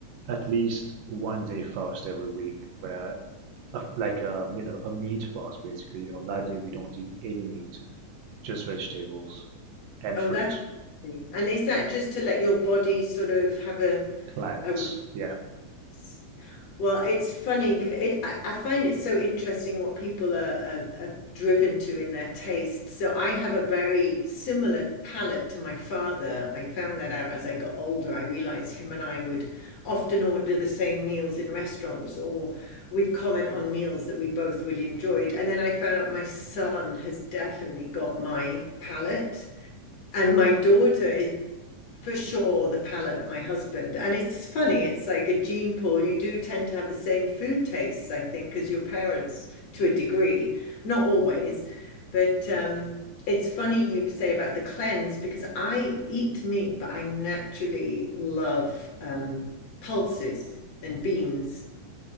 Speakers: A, on the right; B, on the left.
A: at least one day fast every week, where a, like a you know a meat fast basically. On that day, we don't eat any meat, just vegetables and
B: Oh,
A: fruit,
B: that's interesting. and is that just to let your body sort of have a
A: plants.
B: a
A: Yeah.
B: rest? Well, it's funny. 'cause It, I, I find it so interesting what people are, are, are driven to in their taste. So I have a very similar palate to my father. I found that out as I got older. I realized him and I would often order the same meals in restaurants, or we'd comment on meals that we both really enjoyed. And then I found out my son has definitely got my palate. And my daughter is for sure the palate of my husband. And it's funny, it's like a gene pool. You do tend to have the same food tastes, I think, as your parents to a degree, not always, but um, it's funny you say about the cleanse because I eat meat, but I naturally love um, pulses and beans.